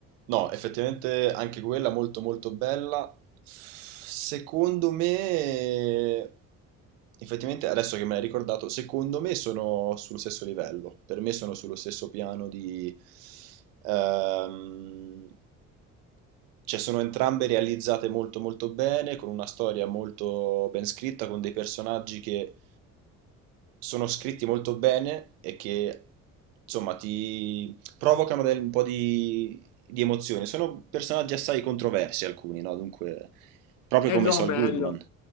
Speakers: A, on the right (about 85°); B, on the left (about 55°).
A: No, effettivamente anche quella molto molto bella. Secondo me, effettivamente adesso che me l'hai ricordato, secondo me sono sullo stesso livello. Per me sono sullo stesso piano di... ehm, cioè sono entrambe realizzate molto molto bene, con una storia molto ben scritta, con dei personaggi che sono scritti molto bene e che insomma ti provocano del- un po' di, di emozione. Sono personaggi assai controversi alcuni, no? Dunque, proprio
B: È
A: come
B: il loro
A: Saul
B: bello,
A: Goodman.